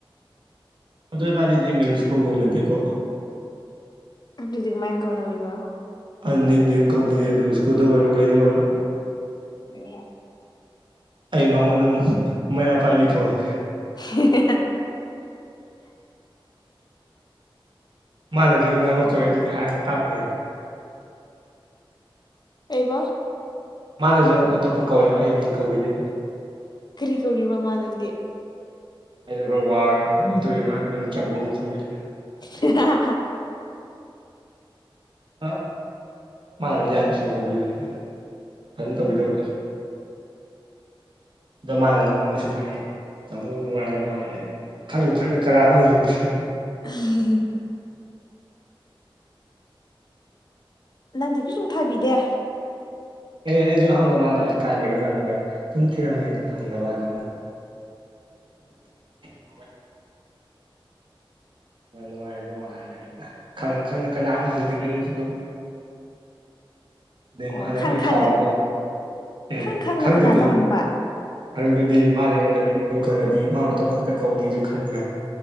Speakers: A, on the right; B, on the left.
A: ꯑꯗꯨ ꯏꯕꯥꯟꯅꯤꯗꯤ ꯃꯤꯡ ꯁꯨꯡꯀꯧ ꯀꯧꯅꯗꯦꯀꯣ
B: ꯑꯗꯨꯗꯤ ꯀꯃꯥꯏꯅ ꯀꯧꯅꯔꯤꯕꯥ
A: ꯑ ꯅꯤꯛ ꯅꯦꯝ ꯀꯧꯅꯩꯅꯦ ꯑꯗꯨꯝ ꯏꯁ꯭ꯀꯨꯜꯗ ꯑꯣꯏꯔꯣ ꯀꯩꯗ ꯑꯣꯏꯔꯣ
B: ꯂꯨꯏꯍꯦ
A: ꯑꯩ ꯃꯉꯣꯟꯗ ꯃꯩꯔꯥꯄꯥꯏꯕꯤ ꯀꯧꯋꯦ
B: <unintelligible>
A: ꯃꯥꯅꯖꯨ ꯑꯩꯉꯣꯟꯗ ꯑꯃ ꯀꯧꯋꯦ ꯑꯗꯨꯗꯤ ꯍꯥꯏꯔꯔꯣꯏ ꯇꯥꯕ ꯅꯨꯡꯉꯥꯏꯇꯦ
B: ꯀꯩꯕ
A: ꯃꯥꯅꯖꯨ ꯑꯩꯉꯣꯟꯗ ꯑꯇꯣꯞꯄ ꯀꯧꯋꯦꯕ ꯑꯩ ꯃꯤꯡ ꯀꯧꯕꯤꯗꯦꯕ
B: ꯀꯔꯤ ꯀꯧꯔꯤꯕ ꯃꯥꯅꯗꯤ
A: ꯑꯩꯗꯣ ꯈꯔ ꯋꯥꯔꯦꯕꯀꯣ ꯑꯗꯨꯒꯤ ꯃꯥ ꯑꯩꯉꯣꯟꯗ ꯆꯥꯎꯕꯪ ꯀꯧꯔꯛꯑꯦ
B: <unintelligible>
A: ꯍꯥ ꯃꯥꯅꯕꯨꯗꯤ ꯌꯥꯝ ꯅꯨꯡꯁꯤꯅ ꯀꯧꯕꯤꯕꯅꯤꯗ ꯑꯩꯅ ꯐꯖꯅ ꯇꯧꯕꯤꯗꯕ ꯗ ꯃꯥꯅ ꯅꫭꯡꯃ ꯃꯦꯁꯦꯁ ꯊꯥꯔꯛꯑꯦ ꯇꯥꯃꫭ ꯅꯨꯡꯉꯥꯏꯔꯤꯕꯣꯌꯦ ꯈꯪꯅ ꯈꯪꯅ ꯀꯅꯥꯅꯣ ꯍꯪꯖꯤꯟꯕꯅꯦ
B: <unintelligible> ꯅꯪꯗꯤ ꯀꯩꯁꯨꯝ ꯊꯥꯕꯤꯗꯦ
A: ꯑꯦ ꯑꯩꯖꯨ ꯑꯍꯥꯟꯕꯗ ꯃꯥꯗꯣ ꯑꯩ ꯀꯥꯏ ꯂꯩꯒ꯭ꯔꯖꯥꯠꯅꯣ ꯀꯥꯏ ꯁꯨꯝ ꯊꯤꯔꯝꯃꯦ ꯑꯗꯨ ꯐꯪꯗꯕ ꯑꯗꯣ <unintelligible> ꯃꯥ ꯅꯨꯡꯉꯥꯏꯔꯤꯕꯣ ꯍꯥꯏ ꯍꯥꯏꯅ ꯈꯪꯅ ꯈꯪꯅ ꯀꯅꯥꯅꯣ ꯍꯪꯖꯤꯜꯂꯦ ꯑꯩꯖꯨ ꯗꯨꯝ ꯑꯗꯩ
B: ꯑꯣ
A: ꯃꯥꯅ
B: ꯈꯪ
A: ꯑꯩ
B: ꯈꯪꯅ
A: ꯀꯥꯎꯔꯕꯣ ꯑꯦ
B: ꯈꯪ ꯈꯪꯅ
A: ꯈꯪꯗꯗꯤ
B: ꯀꯅꯥꯅꯣ ꯍꯪꯕ
A: ꯈꯪꯗꯗꯤ ꯃꯥꯅ ꯑꯩꯉꯣꯟꯗ ꯅꯤꯁꯤꯡꯈꯔꯗꯤ ꯃꯥ ꯃꯇꯣꯝ ꯈꯛꯇ ꯀꯧꯒꯅꯤꯖꯨ ꯈꯪꯉꯤꯅ